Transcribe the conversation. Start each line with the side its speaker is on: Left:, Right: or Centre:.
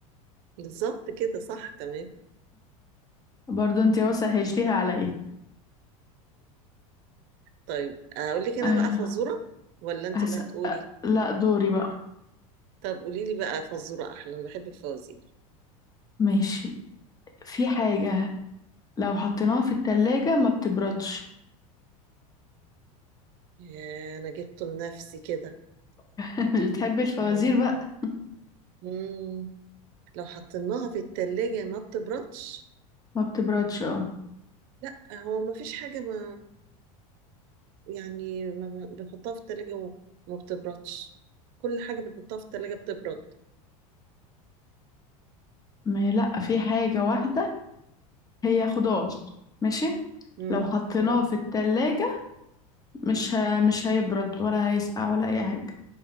Right: بالظبط كده صح تمام
Left: برضه انت
Right: <laughs>
Left: اهو سهلتيها عليا
Right: طيب اقول لك انا
Left: أه
Right: بقى فزوره ولا انت
Left: هسأل
Right: اللي هتقولي
Left: أه لا دوري بقى
Right: طب قولي لي بقى فزوره احلى انا بحب الفوازير
Left: ماشي في حاجة لو حطيناها في التلاجة ما بتبردش
Right: يا انا جبته لنفسي كده
Left: <laughs> مش بتحبي الفوازير
Right: مم.
Left: بقى
Right: مم. لو حطيناها في التلاجة ما بتبردش
Left: ما بتبردش اه
Right: لا هو ما فيش حاجة ما يعني ما ب- بنحطها في التلاجة وما بتبردش كل حاجة بنحطها في التلاجة بتبرد
Left: ما لا في حاجة واحدة هي خضار ماشي
Right: مم.
Left: لو حطيناه
Right: مم.
Left: في التلاجة مش ه... مش هيبرد ولا هيسقع ولا أي حاجة